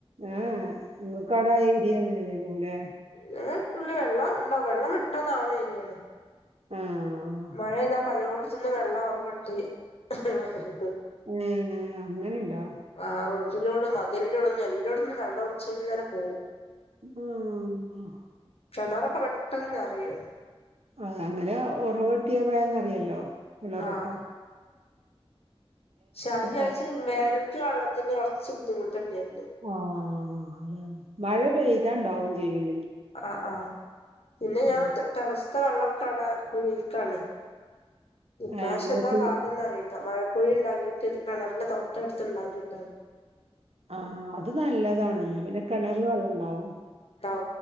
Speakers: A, on the right; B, on the left.
A: ആഹ് നിങ്ങൾക്കാടായ ഏരിയ എങ്ങനെയ പോലെ
B: നിങ്ങക്കുള്ളി വെള്ളം ഉണ്ടോ വെള്ളം ഇിട്ടന്നാവണ എരിയത്
A: ആഹ്
B: മഴ താ പലവൂടത്തുനിന്ന് വെള്ളം ഉറകണ്ട് വ
A: ആഹ് അങ്ങനെ നുണ്ടോ
B: ആഹ് റോട്ടിലോടെും മദലിലോടെൊന്നും എല്ലോടത്തന്നും വെള്ള ഉച്ച നേരെ പോകവും
A: ഉം <unintelligible>
B: കിണറൊക്കെ പെട്ടെന്ന് നെറയും
A: അഹ് അങ്ങനെ ഉറവട്ടിയ വേന്ന്റിയല്ലോ വിലറൊക്ക
B: ആഹ് ശഹചച്ച
A: വേ
B: വേനക്കക്ക് വെള്ളത്തിന്റെ കുറച്ച് ബുദ്ധിമുട്ട് തന്നെയായിരുന്നു
A: ആഹ് അതാണ് മഴ പെയ്തി ഇതാണ്ടാവും ചെയ്യുന്നു
B: ആഹ് ആഹ് പിന്നെ
A: ഉം
B: ഞാൻ ടെറസ് ഇ വെള്ളക്കട കുഴൽക്കാണ് ഇപ്രാവശ്യം
A: ഏഹ് മഴക്കുഴി
B: എന്താ പാടന്ന് അറിയല്ല മഴക്കൊഴി ഉണ്ടാക്കിട്ട് കിണറിന്റെ തൊട്ട് എടുത്ത്ണ്ടാക്കിയിട്ടാണ്
A: ആഹ് അത് നല്ലതാണന്ന് പിന്നെ കെണറില് വെള്ളം ഉണ്ടാവും.
B: ഔ